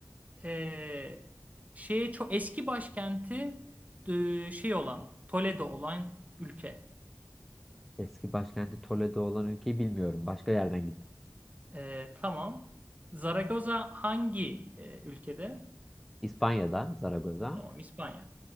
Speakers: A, on the right; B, in the centre.
A: e, şeye çok eski başkenti e, şey olan Toledo olan ülke.
B: Eski başkenti Toledo olan ülkeyi bilmiyorum. Başka yerden gittim.
A: E, tamam. Zaragoza hangi e, ülkede?
B: İspanya'da, Zaragoz'a.
A: Tamam İspanya.